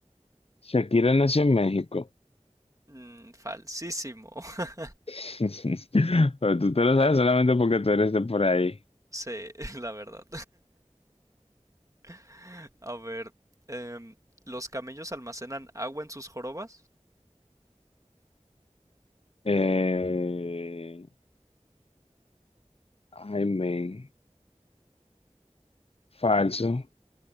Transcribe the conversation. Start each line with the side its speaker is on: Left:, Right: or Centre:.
Left: Shakira nació en México.
Right: Mm, falsísimo. <laughs>
Left: <laughs> Pero tú te lo sabes solamente porque tú eres de por ahí.
Right: Sí, <laughs> la verdad. <laughs> A ver, em, ¿los camellos almacenan agua en sus jorobas?
Left: Eh, ay, men, falso.